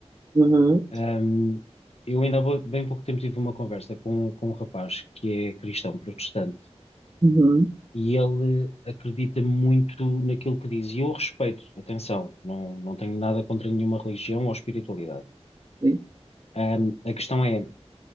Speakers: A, on the right; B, on the left.
A: uhum,
B: Ahm, eu ainda há bo- bem pouco tempo tive uma conversa com, com um rapaz que é cristão protestante
A: uhum,
B: e ele acredita muito naquilo que diz. E eu respeito, atenção, não, não tenho nada contra nenhuma religião ou espiritualidade.
A: sim,
B: Ahm, a questão é,